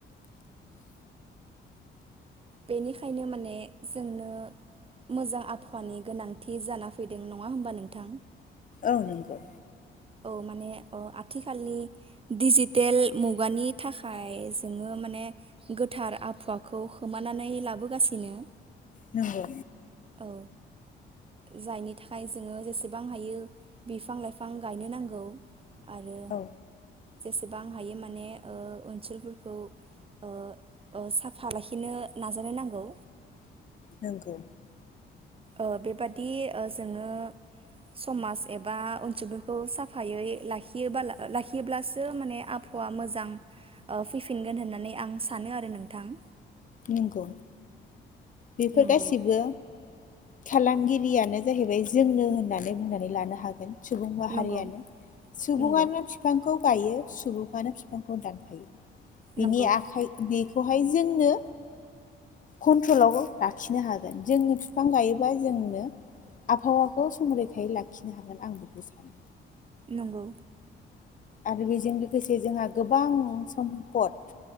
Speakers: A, on the right; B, on the left.
A: बेनिखायनो माने जोंनो मोजां आबहावानि गोनांथि जाना फैदों नङा होमबा नोंथां
B: औ नंगौ
A: औ माने अ आथिखालनि डिजिटेल मुगानि थाखाय जोङो माने गोथार आबहावाखौ खोमानानै लाबोगासिनो
B: नंगौ
A: औ जायनि थाखाय जोङो जेसेबां हायो बिफां लाइफां गायनो नांगौ। आरो
B: औ
A: जेसे बां हायो माने ओ ओनसोलफोरखौ ओ ओ साफा लाखिनो नाजानो नांगौ।
B: नंगौ।
A: ओ बेबादि ओ जोङो समाज एबा ओनसोलफोरखौ साफायै लाखियोबा ला लाखियोब्लासो माने आबहावा मोजां ओ फैफिनगोन होननानै आं सानो आरो नोंथां।
B: नंगौ। बेफोर
A: नंगौ
B: गासिबो खालामगिरियानो जाहैबाय जोंनो होननानै बुंनानै लानो हागोन। सुबुं माहारियानो
A: नंगौ
B: सुबुङानो
A: नंगौ
B: फिफांखौ गायो सुबुङानो फिफांखौ दानफायो। बिनि
A: नंगौ
B: आखाइ बे खहाय जोंनो कन्ट्रलाव लाखिनो हागोन जोंनो बिफां गायोबा जोंनो आबहावाखौ संरैखायै लाखिनो हागोन आं बेखौ सानो।
A: नंगौ।
B: आरो बेजों लोगोसे जोंहा गोबां सम्पद